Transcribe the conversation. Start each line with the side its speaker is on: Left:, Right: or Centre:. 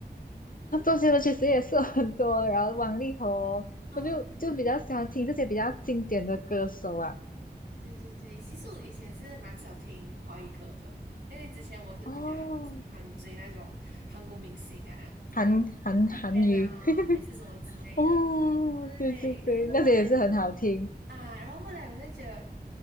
Left: 那周杰伦其实也是有很多，然后王力宏，
Right: <laughs> 啊。
Left: 我就就比较喜欢听这些比较经典的歌手啊。
Right: 对。对对对，其实我以前是蛮少听华语歌的，因为之前我是比较喜欢追那种韩国明星啊，
Left: 哦，
Right: 比如讲嗯
Left: 韩韩韩语，
Right: BigBang 啊，
Left: <laughs>
Right: 还是什么之类的。
Left: 哦，
Right: 对，
Left: 对对对，
Right: 可是后来就是
Left: 那些也是很好听。
Right: 啊，然后后来我就觉得，